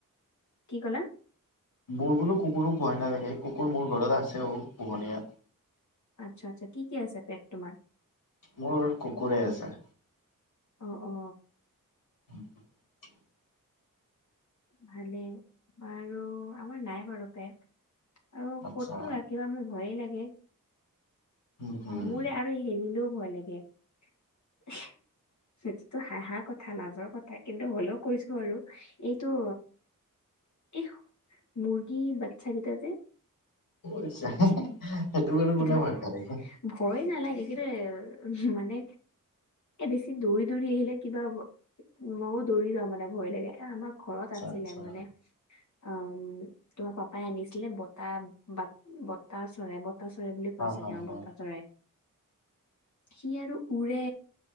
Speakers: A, on the left; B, on the left.
A: কি কলা?
B: মোৰ বোলো কুকুৰো ভয় নালাগে কুকুৰ মোৰ ঘৰত আছেও পোহনীয়া।
A: আচ্ছা আচ্ছা, কি আছে পেত তোমাৰ?
B: মোৰ কুকুৰে আছে।
A: অ', অ'।
B: <unintelligible>
A: ভালেই, আৰু আমাৰ নাই বাৰু পেট। আৰু
B: আচ্ছা
A: ক'তনো ৰাখিবা মোৰ ভয়ে লাগে।
B: উম হম।
A: মোৰে আৰু হেৰিলেও ভয় লাগে <unintelligible> সেইটোতো হাঁহা কথা লাজৰ কথা কিন্তু হলেও কৈছোঁ আৰু। এইটো এই মুৰ্গী বাচ্ছা কেইটা যে।
B: <unintelligible> সেইটো
A: চিক
B: বাৰু
A: টিকলতি
B: কোনে ভয় খায়।
A: ভয় নালাগে কিন্তু মানে এ বেছি দৌৰি দৌৰি আহিলে কিবা ময়ও দৌৰি যাওঁ মানে ভয় লাগে, এ আমাক ঘৰত
B: আচ্ছা
A: আছিলে
B: আচ্ছা
A: মানে। আম তোমাৰ পাপাই আনিছিলে বতা বাত বতা চৰাই বত বতা চৰাই বুলি
B: হা
A: কয় চাগে
B: হা
A: অ',
B: হা।
A: বতা চৰাই। সি আৰু উৰে,